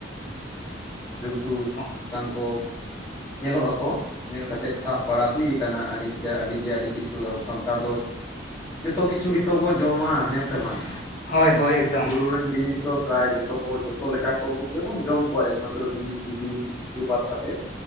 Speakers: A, on the left (about 20°); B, on the left (about 45°).
A: ᱡᱚᱱᱛᱩᱼᱼ
B: ᱦᱮᱸ <unintelligible>
A: ᱚᱱᱠᱟᱱ ᱠᱚ ᱧᱮᱞᱚᱜ ᱟᱠᱚ, ᱧᱮᱞ ᱠᱟᱛᱮ ᱥᱟᱵ ᱵᱟᱲᱟ ᱦᱩᱭᱼᱼ ᱠᱟᱱᱟ ᱟᱹᱰᱤᱜᱮ ᱟᱹᱰᱤ ᱜᱮ ᱟᱹᱰᱤ ᱠᱤᱪᱷᱩ ᱟᱵᱚ ᱥᱟᱱᱛᱟᱲ ᱫᱚ ᱡᱚᱛᱚ ᱠᱤᱪᱷᱩ ᱜᱮᱛᱚ ᱵᱚ ᱡᱚᱢᱟ ᱦᱮᱸ ᱥᱮ ᱵᱟᱝ?
B: ᱦᱳᱭ ᱦᱳᱭ ᱮᱠᱫᱚᱢ
A: ᱵᱩᱨᱩ ᱨᱮᱱ ᱡᱤᱱᱤᱥ ᱫᱚ ᱯᱨᱟᱭ ᱡᱚᱛᱚ ᱠᱚ ᱡᱚᱛᱚ ᱞᱮᱠᱟ ᱠᱚ ᱜᱮ ᱵᱚᱱ ᱡᱚᱢ ᱠᱚᱣᱟ ᱮᱠᱢᱟᱛ ᱛᱨᱚ ᱵᱤᱧ ᱠᱤᱫᱤᱧ ᱩᱝᱠᱩ ᱵᱟᱫ ᱠᱟᱛᱮᱫ